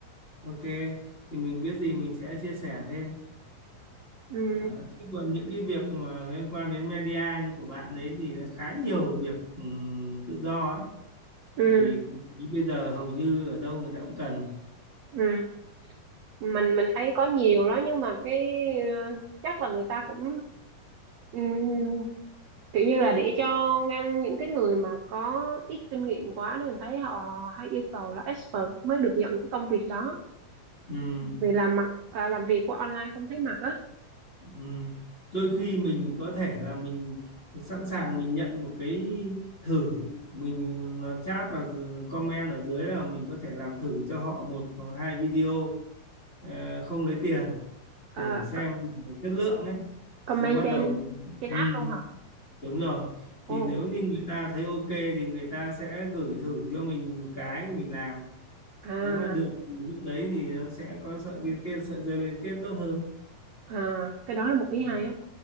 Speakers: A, on the left (about 20°); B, on the right (about 85°).
A: Ok thì mình biết gì mình sẽ chia sẻ thêm
B: Ừ
A: Đó, chứ còn những cái việc mà liên quan đến media như của bạn ấy thì đã khá nhiều việc ừm, tự do ấy
B: ừ
A: vì bây giờ hầu như ở đâu người ta cũng cần
B: ừ mình mình thấy có nhiều đó nhưng mà cái ờ, chắc là người ta cũng ừ, kiểu như là để cho ngăn những cái người mà có ít kinh nghiệm quá nên mình thấy họ hay yêu cầu là expert mới được nhận cái công việc đó
A: Ừm,
B: vì làm mặt à, làm việc qua online không thấy mặt á
A: ừm. Đôi
B: Ừ.
A: khi mình có thể là mình sẵn sàng mình nhận một cái thử mình làm chat và d- comment ở dưới là mình có thể làm thử cho họ một hoặc hai video ờ, không lấy tiền
B: à,
A: để xem
B: co-
A: chất lượng ấy
B: comment
A: thì xong bắt
B: trên
A: đầu
B: trên
A: ừ.
B: app luôn hả
A: Đúng rồi.
B: ồ
A: Thì nếu như người ta thấy ok thì người ta sẽ gửi thử cho mình một cái mình làm.
B: à
A: Nếu mà được thì lúc đấy thì nó sẽ có sợi liên kết, sợi dây liên kết tốt hơn.
B: à cái đó là một ý
A: Ừ.
B: hay á